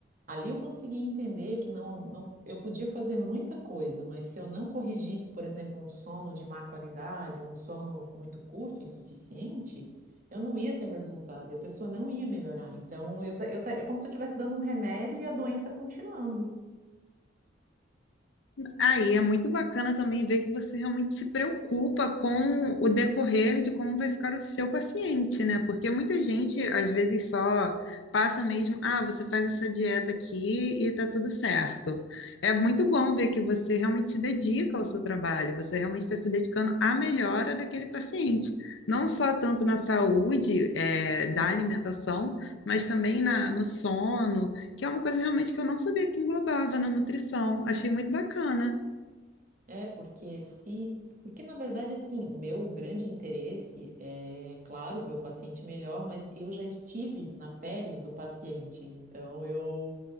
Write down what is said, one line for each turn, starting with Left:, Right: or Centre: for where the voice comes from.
Right: ali eu consegui entender que não, não, eu podia fazer muita coisa, mas se eu não corrigisse, por exemplo, um sono de má qualidade ou um sono muito curto, insuficiente, eu não ia ter resultado e a pessoa não ia melhorar. Então, eu, ta- eu, ta- é como se eu estivesse dando um remédio e a doença continuando.
Left: Aí é muito bacana também ver que você realmente se preocupa com o decorrer de como vai ficar o seu paciente, né? Porque muita gente, às vezes, só passa mesmo, ah, você faz essa dieta aqui e tá tudo certo. É muito bom ver que você realmente se dedica ao seu trabalho, você realmente está se dedicando à melhora daquele paciente. Não só tanto na saúde, eh, da alimentação, mas também na, no sono que é uma coisa realmente que eu não sabia que englobava na nutrição. Achei muito bacana.
Right: É, porque se. Porque, na verdade, assim, o meu grande interesse é, claro, ver o paciente melhor, mas eu já estive na pele do paciente. Então, eu.